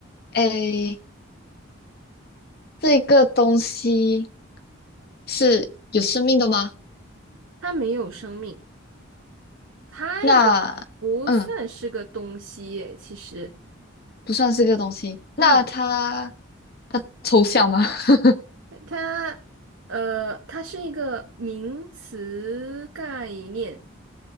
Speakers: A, on the left; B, on the right.
A: 诶，这个东西是有生命的吗？
B: 它没有生命，它也不算是个东西耶其实，
A: 那，嗯，不算是个东西。那它
B: 嗯。
A: 抽象吗？<laughs>
B: 它呃，它是一个名词概念，